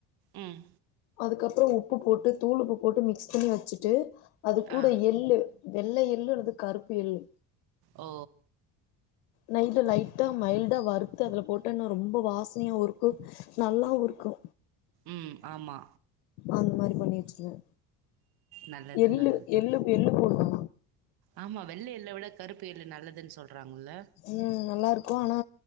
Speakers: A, on the right (about 60°); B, on the left (about 85°).
A: ம்
B: அதுக்கப்பறோ உப்பு போட்டு தூள் உப்பு போட்டு மிக்ஸ் பண்ணி வெச்சுட்டு அது கூட
A: ஆ
B: எள்ளு வெள்ள எள்ளு அல்லது கருப்பு எள்ளு
A: ஓ
B: நைட் லைட்டா மைல்டா வறுத்து அதுல போட்டன்னா ரொம்ப வாசனையாவு இருக்கூ நல்லாவு இருக்கூ
A: ம் ஆமா
B: அந்த மாரி பண்ணி வெச்சுருவ
A: நல்லது
B: எள்ளு
A: நல்லதுதா
B: எள்ளு எள்ளு போடுவ
A: ஆமா வெள்ள எள்ள விட கருப்பு எள்ளு நல்லதுனு சொல்றாங்கல்ல
B: ம் நல்லா இருக்கு ஆனா